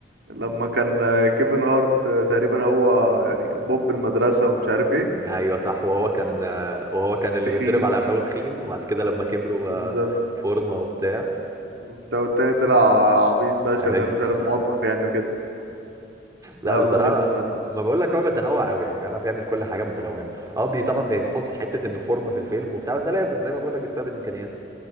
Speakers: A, on the right; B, on the right.
A: لما كان آه، كيفن هارت آه، تقريبا هو يعني بوب المدرسه ومش عارف ايه
B: ايوه صح وهو كان آه، وهو كان اللي
A: وتخين
B: بيتضرب على قفاه تخين وبعد كده لما كبروا آه،
A: بالظبط
B: فورمه وبتاع
A: والت- والتاني طلع عبيط بقى
B: ايوه
A: شغال مش عارف موظف يعني وكده
B: لا
A: ده برضه
B: بصراحه
A: فيلم
B: ما بقول لك هو بيتنوع قوي يعني بيعرف يعمل كل حاجه متنوعه اه بي طبعا بيحط حته انه فورمه في الفيلم وبتاع بس ده لازم زي ما بقول لك بيستخدم امكانياته